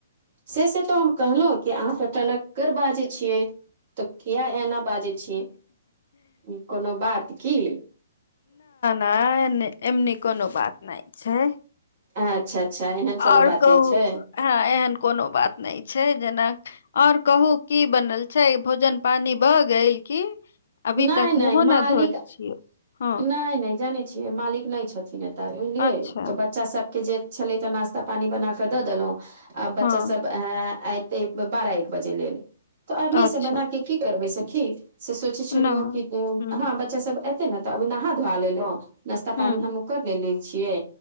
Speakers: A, on the right; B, on the left.
A: से से तो हम कहलहुं कि अहाँ सब कन्गर बाजे छियै तऽ किया एना। बाजै छियै कोनो बात की।
B: ह एमनी कोनो बात नहि छै।
A: अच्छा अच्छा एहन कोनो
B: आओर
A: बात
B: कहू
A: नहि छै।
B: हँ एहन कोनो बात नहि छै जेना। आओर कहू की बनल छै भोजन पानी भए गेल की। अभी
A: नहि
B: तक
A: नहि
B: मुहो न
A: मालिक
B: धोल छियै। हँ
A: नहि नहि जानै छियै मालिक नहि छथिन एतऽ बुझलियै
B: अच्छा
A: तऽ बच्चा सब। के जे छलै तऽ नास्ता पानी बनााक द देलहुं आ बच्चा
B: हँ
A: सब। एते बारह एक बजे लेल तऽ अबिये
B: अच्छा,
A: से बनाक
B: अच्छा,
A: की करबै सखी। से सोचै छलियौ
B: ना,
A: कि हँ
B: हुँ,
A: बच्चा सब ऐते ने तऽ अभी नहा धोआ लेलहु। नाश्ता
B: हुँ,
A: पानी हमहु कर ले छियै